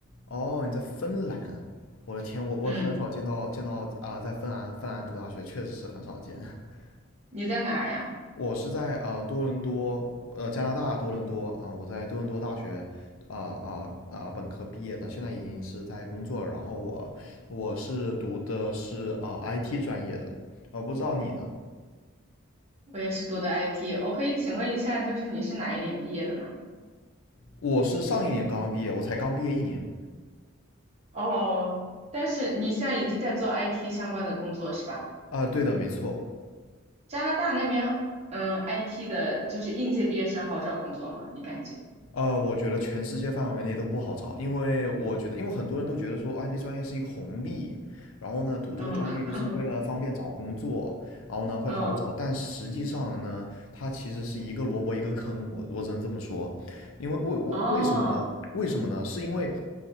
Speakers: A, on the left; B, on the right.
A: 哦，你在芬兰，我的天，我我很少见到见到啊、
B: 嗯，
A: 在芬兰芬兰读大学，确实是很少见。<laughs>
B: 你在哪儿呀？
A: 我是在呃多伦多，呃加拿大多伦多啊、呃我在多伦多大学啊啊啊本科毕业的，现在已经是在工作了。然后我我是读的是啊、IT 专业的，呃不知道你呢？
B: 我也是读的 IT，我可以请问一下，就是你是哪一年毕业的吗？
A: 我是上一年刚刚毕业，我才刚毕业一年。
B: 哦，但是你现在已经在做 IT 相关的工作是吧？
A: 啊、呃对的，没错。
B: 加拿大那边，嗯，IT 的就是应届毕业生好找工作吗？你感觉？
A: 呃，我觉得全世界范围内都不好找，因为我觉得，因为很多人都觉得说 IT 专业是一个红利，然后呢，读这个专业就是为了方便找工作，
B: 嗯 <laughs>
A: 然后呢会好找，
B: 嗯
A: 但实际上呢，它其实是一个萝卜一个坑，我我只能这么说，因为为我为什么呢？
B: 哦
A: 为什么呢？是因为